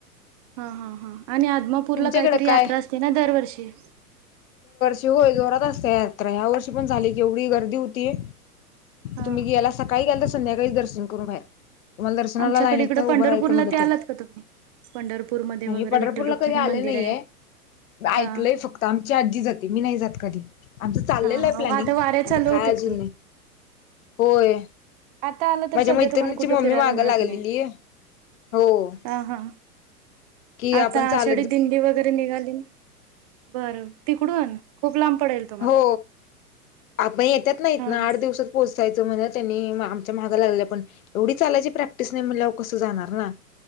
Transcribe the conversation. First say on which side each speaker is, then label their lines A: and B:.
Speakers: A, on the right; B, on the left.
A: हा. हा हा आणि आदमापूरला
B: तुमच्याकडे
A: काहीतरी
B: काय
A: यात्रा असते ना दरवर्षी
B: शवय जोरात असत या यात्रा ह्या वर्षी पण झाली की एवढी गर्दी होतीय.
A: हा
B: तुम्ही याला सकाळी कााल तर संध्याकाळीच दर्शन करू बाहेर. तुम्हाला दर्शनाला
A: आमच्याकडे
B: लाईन येत
A: इकडं
B: नाही
A: पंढरपूरला
B: उभं राहायचं म्हलं
A: ते
B: तर
A: आलात का तुम्ही पंढरपूरमध्ये
B: नाही
A: वगैरे
B: पंढरपूरला
A: विठ्ठल रुक्मिणी
B: कध आले
A: मंदिर
B: नाहीये
A: आहे
B: ऐकलय
A: हा
B: फक्त आमची आजी जाते मी नाही जात कधी आमचं चाललेलं
A: हा हा
B: आहे प्लॅनिंग
A: वाऱ्या चालू
B: आता काय
A: होतेत
B: अजून
A: की
B: नाही होय.
A: आता आलं तर
B: माझ्या
A: सध्या
B: मैत्रिणीची
A: तुम्हाला कुठे
B: मम्मी
A: फिरायला
B: मागा
A: मिळत
B: लागलेली
A: नाही.
B: हो
A: हा हा.
B: कि
A: आता
B: आपण चाल.
A: दिंडी वैगरे निघाली न बर तिकडून खूप लांब पडेल तुम्हाला
B: हो आपण येतात नाहीत
A: हा
B: ना आठ दिवसात पोहच. असायचं म्हण त्यांनी आमच्या महागा लागल्या पण एवढी चालायची प्रॅक्टिस नाही म्हण कसं जाणार ना.